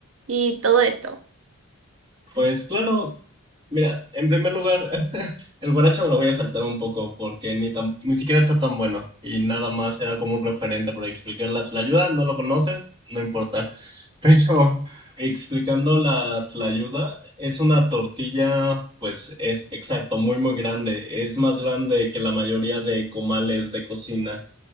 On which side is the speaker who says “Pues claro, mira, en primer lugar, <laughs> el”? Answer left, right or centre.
Right